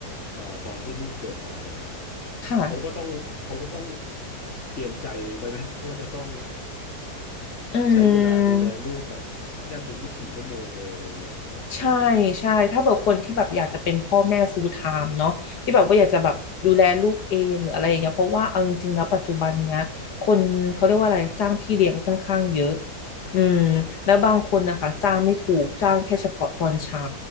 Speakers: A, on the left (about 45°); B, on the left (about 70°).
A: อ่าตอนที่ลูกเกิดมาเนี่ยฮะ
B: ค่ะ
A: เขาก็ต้องเขาก็ต้องเตรียมใจไว้ไหมว่าจะต้อง
B: อื
A: ใช้เวลาดูแลลูกแบบแทบจะยี่สิบสี่ชั่วโมงเลยอะไรอย่างเงี้ย
B: มใช่ใช่ถ้าแบบคนที่แบบอยากจะเป็นพ่อแม่ full time เนาะที่แบบว่าอยากจะแบบดูแลลูกเองหรืออะไรอย่างเงี้ยเพราะว่าเอาจริงๆแล้วปัจจุบันเนี้ยคนเขาเรียกว่าอะไรจ้างพี่เลี้ยงค่อนข้างเยอะ
A: อืม
B: อืมแล้วบางคนนะคะจ้างไม่ถูกจ้างแค่เฉพาะตอนเช้า